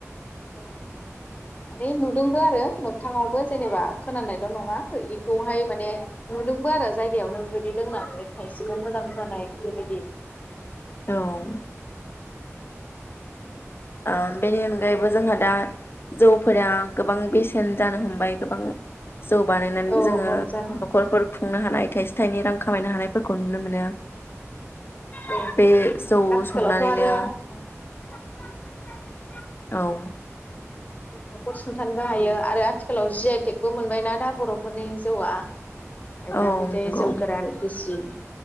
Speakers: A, on the left (about 30°); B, on the left (about 45°).
A: ओ माने नुदोंबो आरो मोगथाङावबो जेनेबा खोनानायल' नङा इखौहाय माने नुदोंबो आरो जायगायावनो बेबायदि लोंनानै खायसेखौ मोजां जानाय बेबायदि
B: औ ओ बेनि अनगायैबो जोंहा दा जौफोरा गोबां बेसेन जानो हमबाय गोबां जौ बानायनानै
A: औ
B: जोङो
A: औ जानो
B: नखरफोर
A: हागौ
B: खुंनो हानाय थाइसे थाइनै रां खामायनो हानाय फोरखौ नुनो मोनो
A: औ
B: बे जौ
A: आथिखालावथ'
B: संनानैनो
A: आरो <unintelligible>
B: औ
A: नखर सुंथानोबो हायो आरो आथिखालाव जि आइ आइ टेगबो मोनबायना दा बर'फोरनि जौउवा माइब्रा
B: औ
A: बिदै
B: नंगौ
A: जौ गोरान गिसि <inaudible>